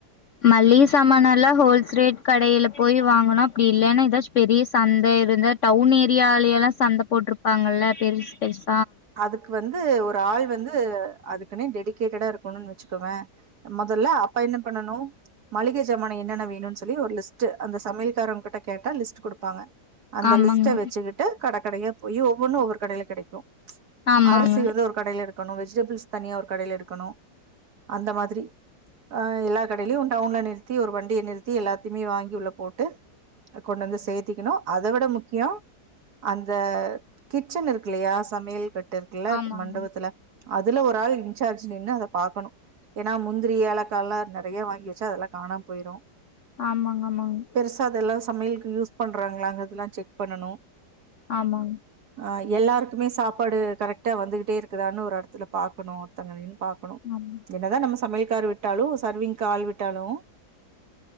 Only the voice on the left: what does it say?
மளிக சாமான எல்லா ஹோல்ஸ் ரேட் கடைல போய் வாங்கணு அப்டி இல்லன்னா ஏதாச்சு பெரிய சந்த இருந்தே டவுன் ஏரியாலய எல்லா சந்த போட்டிருப்பாங்கல்ல பெருசு பெருசு
ஆமாங்க
ஆமாங்க
ஆமாங்க
ஆமாங்க ஆமாங்க
ஆமா
ஆமா